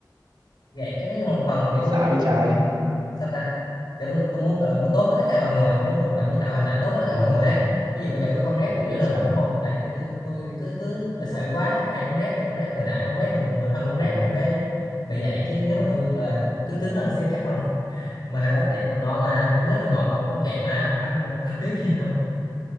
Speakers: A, on the left (about 75°); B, on the right (about 85°).
A: gạt cái nói chung là một phần kiểu
B: xả
A: tôi
B: vậy
A: ừ,
B: trái
A: sao ta kiểu tôi tôi muốn gọi là muốn tốt với tất cả mọi người để muốn gọi là muốn tạo hình ảnh tốt với tất
B: ờ
A: cả mọi người
B: ờ
A: ấy ví dụ bây giờ tôi không rep cũng
B: ghê
A: vẫn
B: vậy
A: được
B: trái
A: mà đúng không tại chứ tôi tôi thì cứ cứ là sợ quá ai cũng rep ai cũng rep người lạ cũng quét người người thân cũng
B: ờ
A: rep thành cái bị vậy chứ nếu mà tôi là cứng cứng hơn xíu chắc không <laughs> mà hồi đó tiện còn non mà mới lớp 11 còn non chẹt mà nên là có biết gì đâu